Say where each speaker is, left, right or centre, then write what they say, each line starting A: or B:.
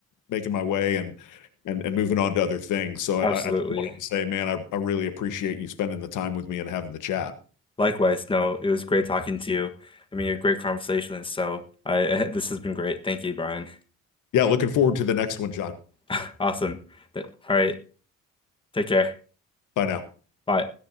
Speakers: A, on the left (about 80°); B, on the left (about 15°).
A: making my way and and and moving on to other things. So
B: absolutely.
A: I, I just wanted to say, man, I, I really appreciate you spending the time with me and having the chat.
B: Likewise, no, it was great talking to you. I mean, you're a great conversationalist, so I <laughs> this has been great. Thank you, Brian.
A: Yeah, looking forward to the next one, John.
B: <laughs> Awesome. All right, take care.
A: Bye now.
B: Bye.